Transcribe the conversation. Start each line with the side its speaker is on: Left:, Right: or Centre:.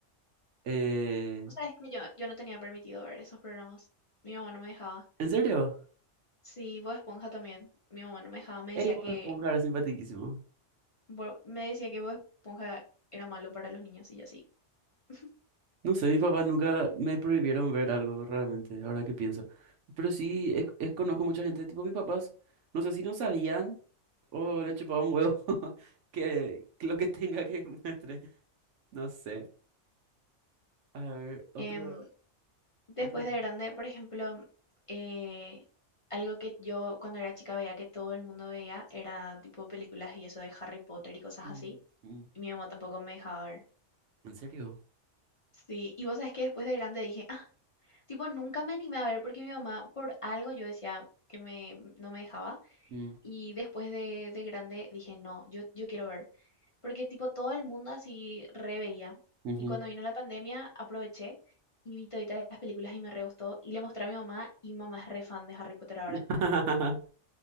Right: Eh,
Left: O sea, es que yo, yo no tenía permitido ver esos programas. Mi mamá no me dejaba.
Right: ¿en serio?
Left: Sí, Bob Esponja también. Mi mamá no me dejaba. Me
Right: Ey,
Left: decía
Right: Bob
Left: que
Right: Esponja era simpaticísimo.
Left: Bo- me decía que Bob Esponja era malo para los niños y yo sí. <laughs>
Right: No sé, mis papás nunca me prohibieron ver algo realmente, ahora que pienso. Pero sí, es- es- conozco mucha gente, tipo mis papás, no sé si no sabían o le chupaba un huevo <laughs> que, que lo que tenga que <laughs> muestre. No sé. A ver, otro,
Left: Em, después
Right: otro.
Left: de grande, por ejemplo, eh, algo que yo cuando era chica veía que todo el mundo veía era tipo películas y eso de Harry Potter y cosas
Right: Mm,
Left: así.
Right: mm,
Left: Y mi mamá tampoco me dejaba ver.
Right: ¿En serio?
Left: Sí, y vos sabés que después de grande dije, ah, tipo, nunca me animé a ver porque mi mamá, por algo yo decía que me, no me dejaba.
Right: Mm,
Left: Y después de, de grande dije, no, yo, yo quiero ver. Porque tipo todo el mundo así re veía.
Right: ujú.
Left: Y cuando vino la pandemia aproveché y vi toditas las películas y me re gustó. Y le mostré a mi mamá y mi mamá es re fan de Harry Potter ahora.
Right: <laughs>
Left: <laughs>